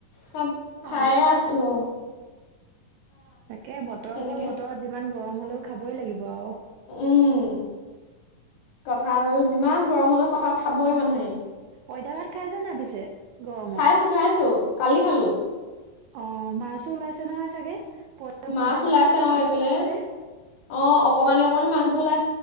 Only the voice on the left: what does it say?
চব
খাইয়ে আছো অ
তেনেকে।
উম কঠাল যিমান গৰম হলেও কঠাল খাবই মানুহে
খাইছো খাইছো কালি খালো
মাছ
ওলাইছে
অ
এইফালে।
অ অকমানি অকমানি মাছবোৰ ওলাইছে